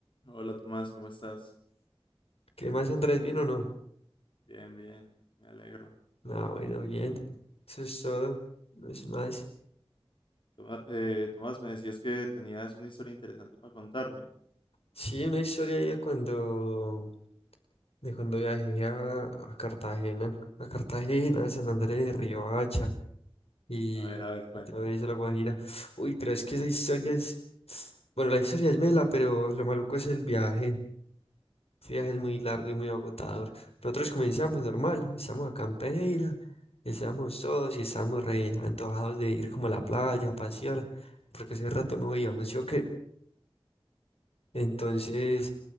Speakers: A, on the left; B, on the left.
A: Hola Tomás, ¿cómo estás?
B: ¿Qué más, Andrés? ¿Bien o no?
A: Bien, bien, me alegro.
B: Ah, bueno, bien. Eso es todo. No es más.
A: Toma- eh, Tomás, me decías que tenías una historia interesante para contarme.
B: Sí, una historia ahí de cuando, de cuando viajé a, a Cartagena, a Cartagena, San Andrés de Riohacha y,
A: A ver, a ver, cuéntame.
B: y todo eso, la Guajira. Uy, pero es que esa historia es. Bueno, la historia es mela, pero lo maluco es el viaje. Este viaje es muy largo y muy agotador. Nosotros comenzamos normal, estamos acá en Pereira, estamos
A: Ajá,
B: todos y estamos re antojados de ir como a la playa, a pasear, porque hace rato no íbamos, ¿sí o qué? Entonces
A: sí,